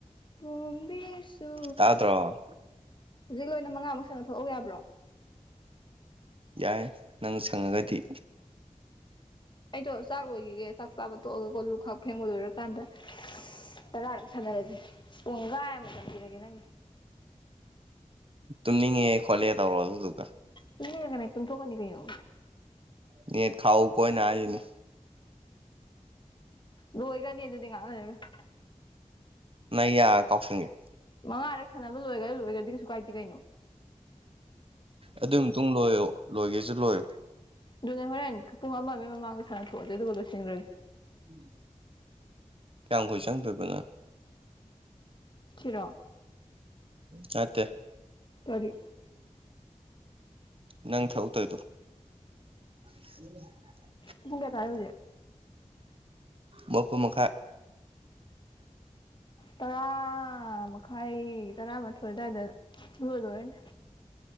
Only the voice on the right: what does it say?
ꯇꯥꯗ꯭ꯔꯣ
ꯌꯥꯏ ꯅꯪ ꯁꯪꯉꯒꯗꯤ
ꯇꯨꯝꯅꯤꯡꯉꯦ ꯈꯣꯠꯂꯦ ꯇꯧꯔꯣ ꯑꯗꯨꯗꯨꯒ
ꯅꯦꯠ ꯈꯥꯛꯎꯀꯣ ꯑꯩꯅ ꯍꯥꯏꯁꯤꯅꯤ <unintelligible>
ꯅꯌꯥ ꯀꯥꯎꯁꯟꯒꯦ
ꯑꯗꯨꯃ ꯃꯇꯨꯡ ꯂꯣꯏꯌꯣ ꯂꯣꯏꯒꯦꯁꯨ ꯂꯣꯏꯌꯣ
ꯎꯝ ꯀꯌꯥꯝ ꯀꯨꯏ ꯆꯪꯗꯣꯏꯕꯅꯪ
ꯅꯠꯇꯦ
ꯅꯪ ꯊꯧ ꯇꯣꯏꯗꯣ ꯎꯝ <unintelligible>
ꯃꯥꯄꯟ ꯃꯈꯥꯏ